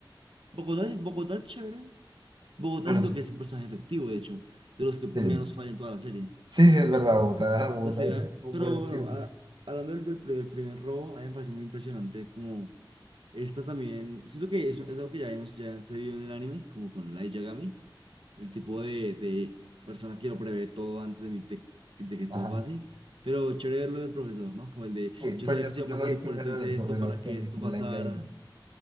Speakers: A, on the right; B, on the right.
A: Bogotá, es- Bogotá es chévere. Bogotá
B: Bueno,
A: siento
B: sí.
A: que es un personaje efectivo, de hecho, de los que
B: Sí,
A: menos falla en toda la serie.
B: sí, sí, es verdad, Bogotá, Bogotá
A: Entonces,
B: es
A: se ve-
B: Eh, un hombre
A: pero bueno,
B: firme.
A: a- hablando del, del, pri- del primer robo, a mí me parece muy impresionante como esta también. Siento que es, es algo que ya vimos, ya se vio en el anime, como con Light Yagami el tipo de, de persona que lo prevé todo antes de, mi- de- de que todo
B: Ajá.
A: pase. Pero chévere verlo del profesor, ¿no? Como el de,
B: Sí,
A: yo
B: pues
A: sabía
B: yo,
A: que esto iba
B: yo
A: a pasar
B: lo vi
A: y
B: primero
A: por eso hice
B: en el profesor
A: esto para que
B: que en
A: esto
B: en
A: pasara.
B: Light Game.